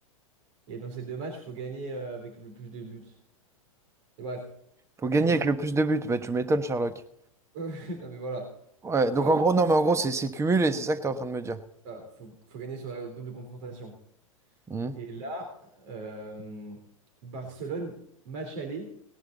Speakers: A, on the right; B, on the right.
A: Et dans ces deux matchs, il faut gagner euh, avec le plus de buts. Et bref,
B: Faut gagner
A: du coup,
B: avec le plus de buts. Bah, tu m'étonnes, Sherlock.
A: <laughs> non mais voilà,
B: Ouais, donc
A: ouais,
B: en gros, non, mais en gros, c'est c'est cumulé, c'est ça que t'es en train de me dire.
A: c'est ça. faut, faut gagner sur la double confrontation.
B: Hmm.
A: Et là, euh, Barcelone, match aller,